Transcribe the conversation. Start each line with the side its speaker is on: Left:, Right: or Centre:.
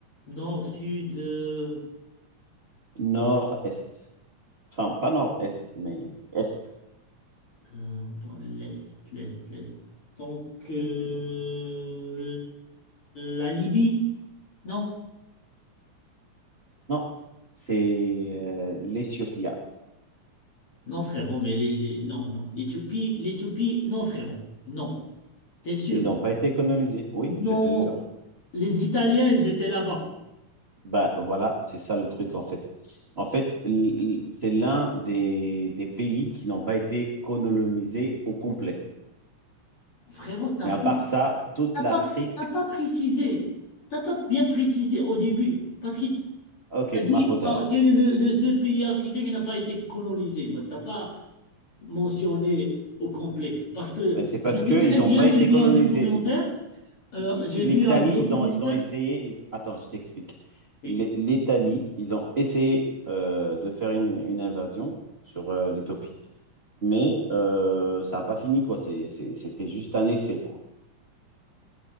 Left: nord, sud, euh,
Right: nord-est. Enfin, pas nord-est, mais est.
Left: euh, dans l'est, l'est, l'est. Donc, euh, la Libye, non?
Right: Non. C'est euh, l'Éthiopie. Ah,
Left: Non, frérot, mais les, les- non, non. L'Éthiopie, l'Éthiopie, non, frérot. Non. T'es sûr?
Right: Ils n'ont pas été colonisés. Oui,
Left: Non.
Right: je te jure.
Left: Les Italiens, ils étaient là-bas.
Right: Bah voilà, c'est ça le truc en fait. En fait, l- l- c'est l'un des, des pays qui n'ont pas été colonisés au complet.
Left: Frérot, t'as
Right: Mais
Left: pas,
Right: à part ça, toute
Left: t'as
Right: l'Afrique,
Left: pas, t'as pas précisé. T'as pas bien précisé au début. Parce que
Right: ok,
Left: t'as dit,
Right: ma faute
Left: ah,
Right: alors.
Left: quel est le, le seul pays africain qui n'a pas été colonisé. Mais t'as pas mentionné au complet. Parce que
Right: Mais c'est parce
Left: je sais
Right: qu'ils
Left: très
Right: n'ont
Left: bien,
Right: pas
Left: j'ai
Right: été
Left: vu
Right: colonisés.
Left: un documentaire.
Right: Ils-
Left: euh,
Right: ils-
Left: j'ai
Right: L'Italie,
Left: vu un documentaire.
Right: ils ont, ils ont essayé. ils- Attends, je t'explique.
Left: Oui.
Right: L'I- L'Italie, ils ont essayé euh, de faire une, une invasion sur euh, l'Éthiopie. Mais euh, ça n'a pas fini, quoi. C'est- c'est- C'était juste un essai, quoi.